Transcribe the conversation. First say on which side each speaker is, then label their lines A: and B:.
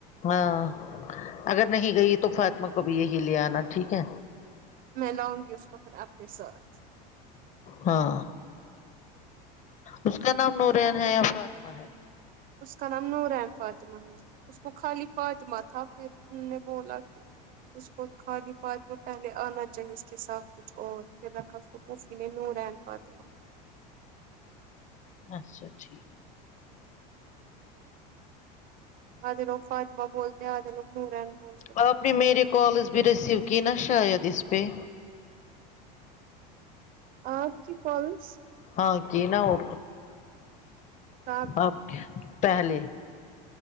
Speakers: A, on the left; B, on the right.
A: ہاں اگر نہیں گئی تو فاطمہ کو بھی یہیں لے آنا ٹھیک ہے
B: میں لاؤنگی اسکو پھر اپنے ساتھ
A: ہاں اس کا نام نور بن ہے یا فاطمہ ہے
B: اس کا نام نورین فاطمہ ہے اس کو خالی فاطمہ تھا پھر انھوں نے بولا کہ اس کو خالی فاطمہ پہلے آنا چاہے اس کے ساتھ کچھ اور پھر رکھا اس کو پھوفی نے نورین فاطمہ
A: اچھا ٹھیک
B: آدھے لوگ فاطمہ بولتے ہیں آدھے لوگ نورین بولتے ہیں
A: اب آپ نے میرے کالز بھی ریسیو کی نا شاید اس پہ
B: آپ کی کالس
A: ہاں کی نہ وہ
B: کا
A: آپ کی پہلے